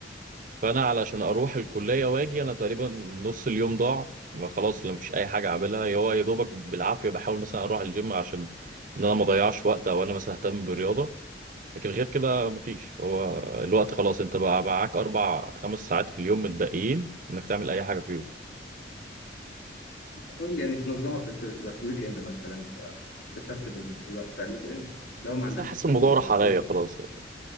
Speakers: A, on the right; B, on the left.
A: فانا علشان اروح الكليه واجي انا تقريبا نص اليوم ضاع ما خلاص لا مفيش اي حاجه اعملها هو يا دوبك بالعافيه بحاول مثلا اروح الجيم عشان ان انا ما اضيعش وقت او انا مثلا اهتم بالرياضه لكن غير كده مفيش هو الوقت خلاص انت بقى معاك اربع خمس ساعات في اليوم متبقيين انك تعمل اي حاجه فيهم
B: حاول يعني تنظمها في- تبقى في الويك اند مثلا يبقى استفدت بال- بالوقت بتاع الويك اند لو ما عندكش
A: بس أنا حاسس
B: فيه
A: الموضوع راح عليا
B: بروت
A: خلاص يعني